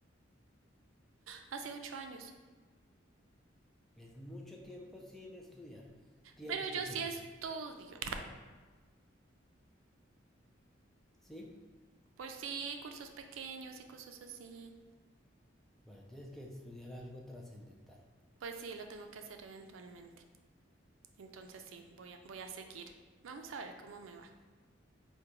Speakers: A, on the right; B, in the centre.
A: hace ocho años,
B: Es mucho tiempo sin estudiar. Tienes
A: pero yo
B: que seguir,
A: sí estudio,
B: ¿sí?
A: pues sí, cursos pequeños y cosas así,
B: Bueno, tienes que estudiar algo trascendental.
A: pues sí, lo tengo que hacer eventualmente, entonces sí, voy a, voy a seguir, vamos a ver cómo me va,